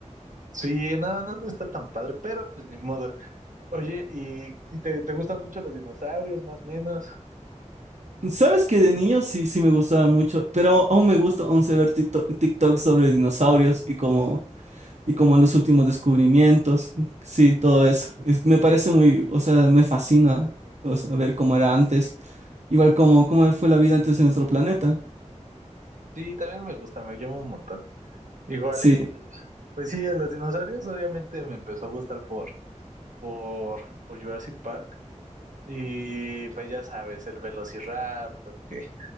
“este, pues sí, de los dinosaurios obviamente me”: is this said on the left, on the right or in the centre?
Right